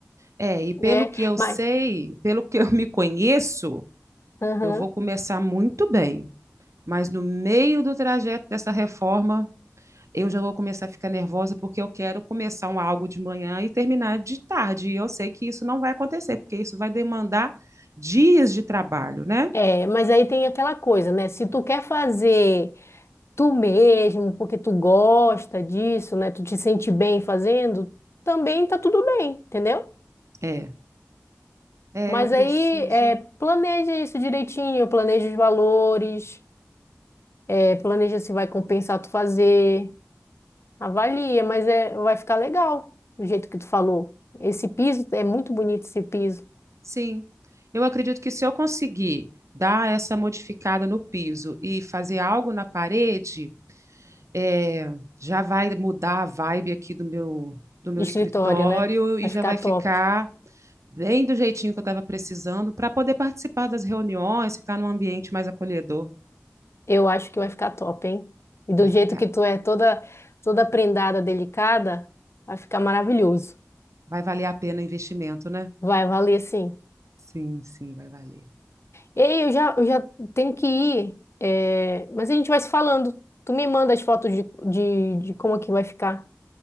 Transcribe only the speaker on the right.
É, e pelo
que eu
sei, pelo que eu me conheço,
eu vou começar muito bem. Mas no meio do trajeto dessa reforma, eu já vou começar a ficar nervosa porque eu quero começar um algo de manhã e terminar de tarde. E eu sei que isso não vai acontecer, porque isso vai demandar dias de trabalho, né?
É, é,
eu preciso.
Sim, eu acredito que se eu conseguir dar essa modificada no piso e fazer algo na parede, é, já vai mudar a vibe aqui do meu, do meu
escritório
e
já
vai ficar
bem do jeitinho que eu estava precisando para poder participar das reuniões, ficar num ambiente mais acolhedor.
Vai
ficar.
Vai valer a pena o investimento, né?
Sim, sim, vai valer.